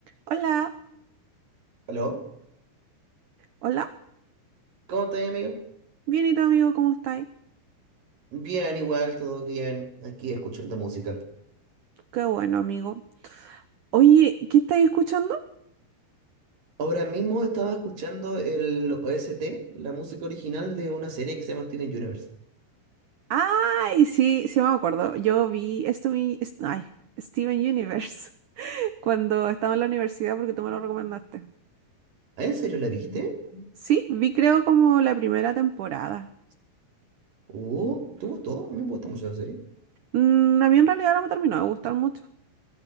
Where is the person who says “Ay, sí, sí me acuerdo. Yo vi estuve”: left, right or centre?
Right